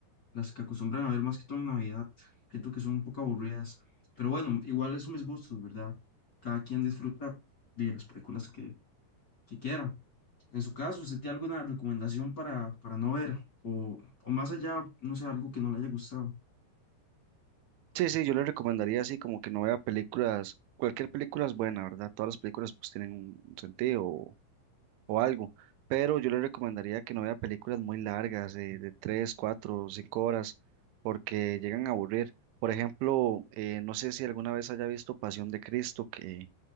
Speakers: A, on the left; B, on the right.
A: las que acostumbran a ver más que todo en Navidad. Siento que son un poco aburridas, pero bueno, igual son mis gustos, ¿verdad? Cada quien disfruta de las películas que, que quiera. En su caso, ¿usted tiene alguna recomendación para, para no ver? O, o más allá, no sé, algo que no le haya gustado.
B: Sí, sí, yo le recomendaría así como que no vea películas, cualquier película es buena, ¿verdad? Todas las películas pues tienen un sentido, o algo. Pero yo le recomendaría que no vea películas muy largas, de, de 3, 4, 5 horas, porque llegan a aburrir. Por ejemplo, eh, no sé si alguna vez haya visto Pasión de Cristo, que